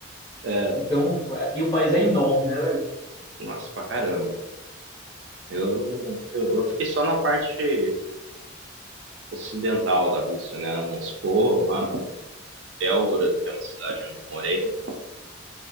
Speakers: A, on the right; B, on the left.
A: É,
B: Então, é- e o país é enorme, né, velho?
A: nossa, pra caramba. Eu, não- eu, eu fiquei só na parte ocidental da Rússia, né? Moscou, lá, Belgorod, que é uma cidade onde eu morei,